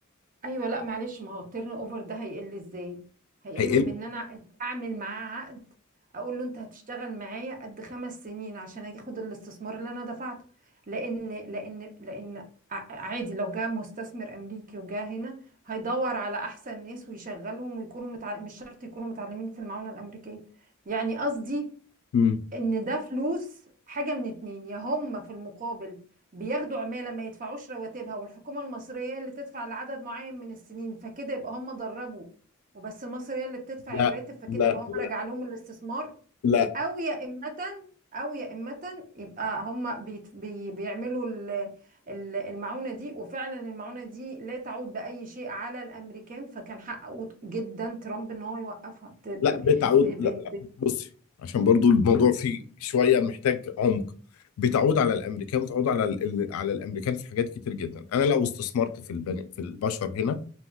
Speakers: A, on the right; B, on the left.
A: ايوه لا معلش ما هو التيرن اوفر ده هيقل ازاي هيقل
B: هيقل
A: بان انا اعمل معاه عقد اقول له انت هتشتغل معايا قد خمس سنين عشان اخد الاستثمار اللي انا دفعته لان لان لان ع- عادي لو جاء مستثمر امريكي وجاء هنا هيدور على احسن ناس ويشغلهم ويكونوا متع... مش شرط يكونوا متعلمين في المعونة الامريكية يعني قصدي
B: احسن
A: ان ده فلوس حاجة من اتنين يا هم في المقابل بياخدوا عمالة ما يدفعوش رواتبها والحكومة المصرية اللي تدفع لعدد معين من السنين فكده يبقى هم دربوا وبس مصر هي اللي بتدفع
B: لا
A: الراتب فكده
B: لا
A: يبقى هم
B: لا
A: رجع لهم الاستثمار
B: لا
A: او يا إمة او يا إمة يبقى هم بيت بي بيعملوا ال- ال- المعونة دي وفعلا المعونة دي لا تعود بأي شيء على الأمريكان فكان حقه جدا ترامب ان هو يوقفها ب-
B: لا بتعود
A: ب-
B: لا لا
A: ب-
B: بصي عشان برضو الموضوع فيه شوية محتاج عمق بتعود على الامريكان وتعود على ال... ال- على الامريكان في حاجات كتير جدا انا لو استثمرت في البني في البشر هنا